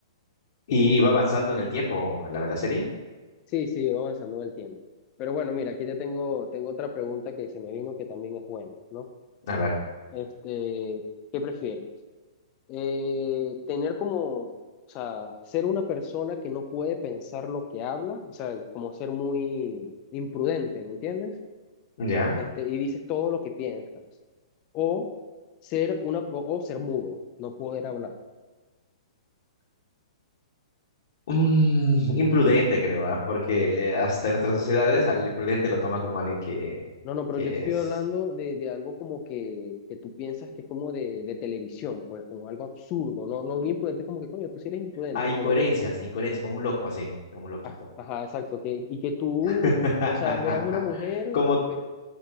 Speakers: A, on the left; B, on the left.
A: Y va avanzando en el tiempo la, la serie.
B: Sí, sí, va avanzando en el tiempo. Pero bueno, mira, aquí te tengo, tengo otra pregunta que se me vino que también es buena, ¿no?
A: A ver,
B: Este, ¿qué prefieres? eh, tener como, o sea, ser una persona que no puede pensar lo que habla, o sea, como ser muy imprudente, ¿me entiendes?
A: ya.
B: Este, y dices todo lo que piensas. O ser una, o, o ser mudo, no poder hablar.
A: Mm, imprudente, creo, ¿ah? Porque eh, hasta en nuestras sociedades al imprudente lo toman como alguien que,
B: No, no, pero
A: que
B: yo te estoy
A: es...
B: hablando de, de algo como que, que tú piensas que es como de, de televisión, pues como algo absurdo, no, no un imprudente como que, coño, tú sí eres imprudente,
A: Ah, incoherencias,
B: no, no.
A: incoherencias, como un loco así, como un loquito.
B: Ah, ajá, exacto, que, y que tú,
A: <laughs>
B: o sea, veas una mujer,
A: Como,
B: o, ve-